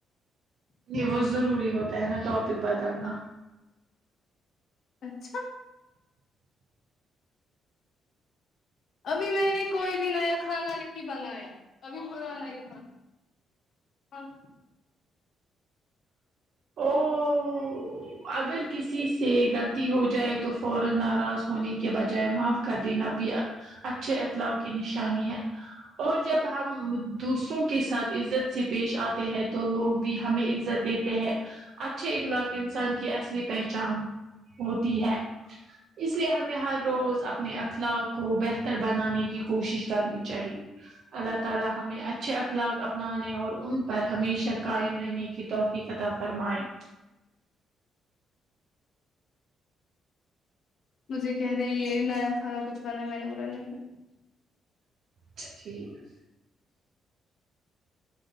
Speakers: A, on the right; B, on the left.
A: یہ بہت ضروری ہوتا ہے نا ٹاپک بدلنا
B: اچھا ابھی میں نے کوئی بھی نیا کھانا نہیں بنایا ابھی پرانا ہی کھانا ہاں
A: او اگر کسی سے غلطی ہو جائے تو فورا ناراض ہونے کے بجائے معاف کر دینا بھی اچھے اخلاق کی نشانی ہے اور جب ہم دوسروں کے ساتھ عزت سے پیش آتے ہیں تو لوگ بھی ہمیں عزت دیتے ہیں اچھے اخلاق انسان کی اصلی پہچان ہوتی ہے اس لیے ہمیں ہر روز اپنے اخلاق کو بہتر بنانے کی کوشش کرنی چاہیے اللہ تعالی ہمیں اچھے اخلاق اپنانے اور ان پر ہمیشہ قائم رہنے کی توفیق عطا فرمائیں
B: مجھے کہہ رہے یہ نیا کھانا کچھ بنا میں نے بولا نہیں
A: اچا ٹھیک ہے